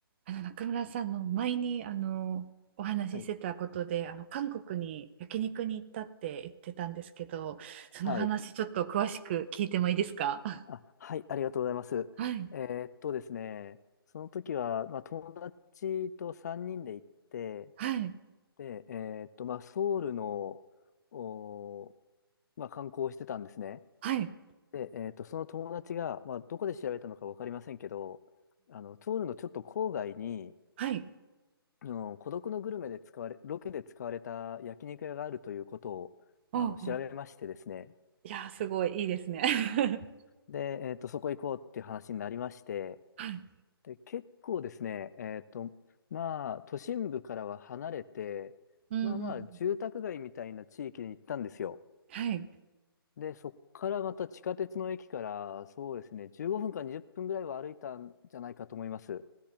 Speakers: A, on the right (about 30°); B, on the left (about 45°).
A: あの中村さんの前にあのお話ししてたことであの韓国に焼肉に行ったって言ってたんですけどその話ちょっと詳しく聞いてもいいですかあ
B: はい。はい。あ、はい。ありがとうございます。
A: <laughs> はい
B: えーっとですね、その時は、まあ、友達と3人で行って、
A: はい
B: で、えーっと、まあ、ソウルの、おー、まあ、観光をしてたんですね。
A: はい
B: で、えーっと、その友達が、まあ、どこで調べたのか分かりませんけど、あの、ソウルのちょっと郊外に、
A: はい
B: あの、孤独のグルメで使われ、ロケで使われた焼肉屋があるということを、
A: おうおう
B: あの、調べましてですね、
A: いやーすごいいいですね <laughs>
B: で、えーっと、そこ行こうっていう話になりまして、
A: はい
B: で、結構ですね、えっと、まあ、都心部からは離れて、
A: うんうん
B: まあまあ、住宅街みたいな地域に行ったんですよ。
A: はい
B: で、そっからまた地下鉄の駅から、そうですね、15分か20分ぐらいは歩いたんじゃないかと思います。